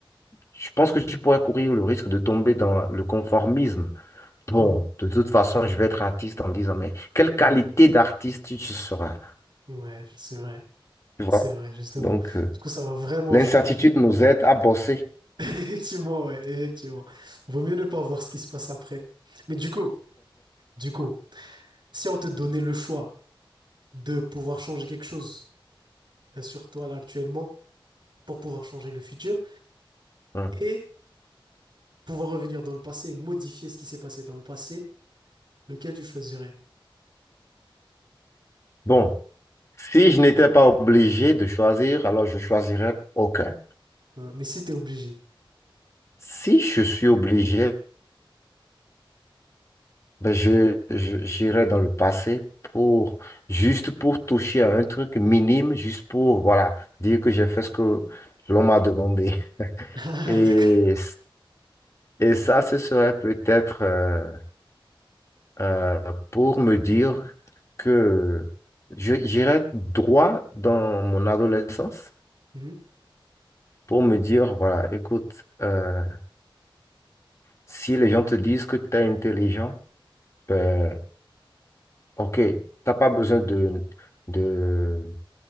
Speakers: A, on the left; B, on the right.
A: je pense que tu pourrais courir le risque de tomber dans le conformisme. Bon,
B: mhm, mhm.
A: de toute façon, je vais être artiste en 10 ans, mais quelle
B: Ouais,
A: qualité d'artiste tu seras?
B: ouais, c'est vrai.
A: Tu vois?
B: C'est vrai, justement.
A: Donc, euh,
B: Du coup, ça va vraiment
A: l'incertitude
B: changer.
A: nous aide à bosser.
B: <laughs> Effectivement, ouais, effectivement. Vaut mieux ne pas voir ce qui se passe après. Mais du coup, du coup, si on te donnait le choix de pouvoir changer quelque chose euh, sur toi là actuellement, pour pouvoir changer le futur
A: Hein.
B: et pouvoir revenir dans le passé, modifier ce qui s'est passé dans le passé, lequel tu choisirais?
A: Bon. Si je n'étais pas obligé de choisir, alors je choisirais aucun.
B: Hein, Mais si t'es obligé.
A: Si je suis obligé, ben je, je- j'irais dans le passé pour juste pour toucher à un truc minime, juste pour voilà, dire que j'ai fait ce que l'on m'a demandé.
B: <laughs> Ah,
A: Et,
B: d'accord.
A: et ça, ce serait peut-être euh, euh, pour me dire que je, j'irais droit dans mon adolescence
B: Mhm.
A: pour me dire, voilà, écoute, euh, Si les gens te disent que tu es intelligent, ben, ok, tu n'as pas besoin de, de,